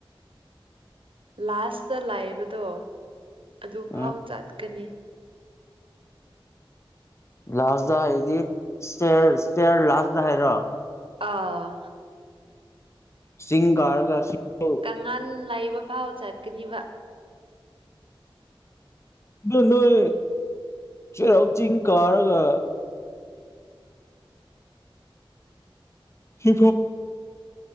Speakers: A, on the right; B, on the left.
A: ꯂꯥꯁꯇ ꯂꯥꯛꯏꯕꯗꯣ ꯑꯗꯨꯐꯥꯎ
B: ꯎꯝ
A: ꯆꯠꯀꯅꯤ
B: ꯂꯥꯁꯗꯥ ꯍꯥꯏꯗꯤ ꯏꯁꯇꯦꯔ ꯏꯁꯇꯦꯔ ꯂꯥꯁꯗꯥ ꯍꯥꯏꯔꯣ
A: ꯑꯥ
B: ꯆꯤꯡ ꯀꯔꯒꯥ <unintelligible>
A: ꯑꯉꯥꯟ ꯂꯥꯏꯌꯦꯕ ꯐꯥꯎ ꯆꯠꯀꯅꯤꯕ
B: ꯑꯗꯨ ꯅꯣꯏ ꯁꯦꯔꯥꯎ ꯆꯤꯡ ꯀꯥꯔꯒ <unintelligible>